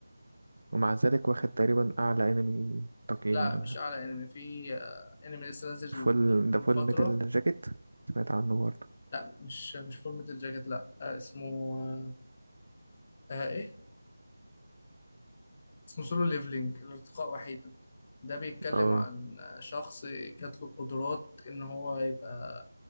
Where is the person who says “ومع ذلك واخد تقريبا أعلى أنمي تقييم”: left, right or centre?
Right